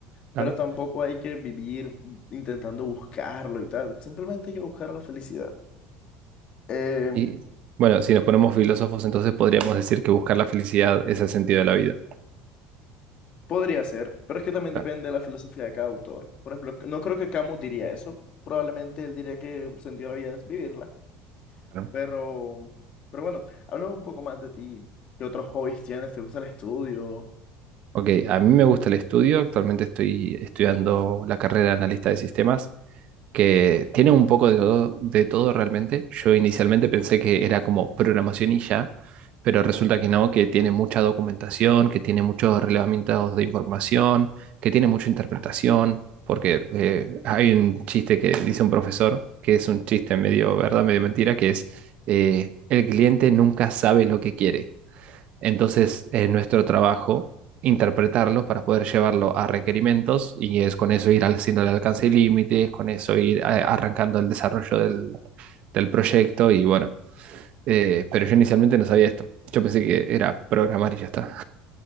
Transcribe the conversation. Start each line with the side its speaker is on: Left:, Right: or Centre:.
Right: Claro.
Left: pero tampoco hay que vivir intentando buscarlo y tal. Simplemente hay que buscar la felicidad. Eh,
Right: Y bueno, si nos ponemos filósofos, entonces podríamos decir que buscar la felicidad es el sentido de la vida.
Left: podría ser, pero es que también
Right: Claro,
Left: depende de la filosofía de cada autor. Por ejemplo, no creo que Camus diría eso. Probablemente él diría que el sentido de la vida es vivirla.
Right: claro.
Left: Pero, pero bueno, háblame un poco más de ti. ¿Qué otros hobbies tienes? ¿Te gusta el estudio?
Right: Ok, a mí me gusta el estudio, actualmente estoy estudiando la carrera de analista de sistemas que tiene un poco de todo, de todo realmente. Yo inicialmente pensé que era como programación y ya, pero resulta que no, que tiene mucha documentación, que tiene muchos relevamientos de información, que tiene mucha interpretación, porque eh, hay un chiste que dice un profesor, que es un chiste medio verdad, medio mentira, que es eh, el cliente nunca sabe lo que quiere. Entonces, eh, nuestro trabajo, interpretarlo para poder llevarlo a requerimientos y es con eso ir haciendo el alcance y límites, con eso ir eh, arrancando el desarrollo del, del proyecto y bueno, eh, pero yo inicialmente no sabía esto. Yo pensé que era programar y ya está.